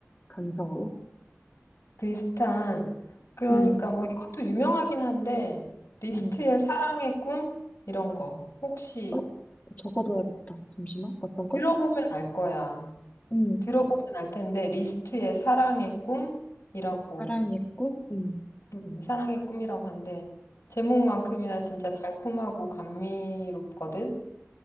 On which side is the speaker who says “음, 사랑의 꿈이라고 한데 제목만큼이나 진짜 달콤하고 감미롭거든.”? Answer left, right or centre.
Left